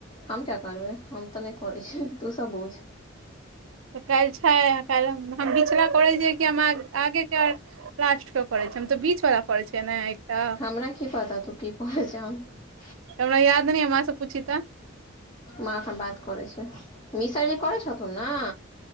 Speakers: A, on the left; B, on the right.
A: हम किया करबै, हम तऽ नहि करै छि तू सब बूझ
B: त कैल्ह छैय, कैल्ह हम-हम बिचला करै छियै कि, हम आगे के आ लास्ट के करै छि, हम त बीच बला करै छियै ने एकटा
A: हमरा की पता तू की <unintelligible>
B: हमरा याद नहि अय माँ से पूछही त
A: माँ एखन बात करै छै, मिशर जी करै छथुन न